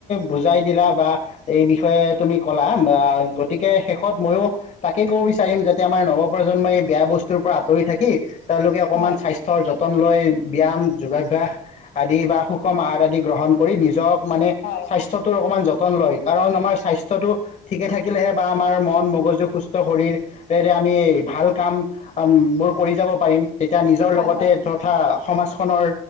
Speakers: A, on the left; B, on the left.
A: বুজাই দিলা বা এই বিষয়ে তুমি কলা বা গতিকে শেষত ময়ো তাকে কব বিচাৰিম যাতে আমাৰ নৱপ্ৰজন্মই এই বেয়া বস্তুৰ পৰা আঁতৰি থাকি তেওঁলোকে অকণমান
B: হয়
A: স্বাস্থ্যৰ যতন লৈ ব্যায়াম যোগাভ্যাস আদি বা সু সুষম আহাৰ আদি গ্ৰহণ কৰি নিজক মানে
B: হয়
A: স্বাস্থ্যতো অকণমান যত যতন লয় কাৰণ আমাৰ স্বাস্থ্যটো ঠিকে থাকিলেহে বা আমাৰ মন মগজু সুস্থ শৰীৰে আমি ভাল কামবোৰ কৰি যাব পাৰিম। তেতিয়া নিজৰ লগতে
B: হয় হয়
A: তথা সমাজখনৰ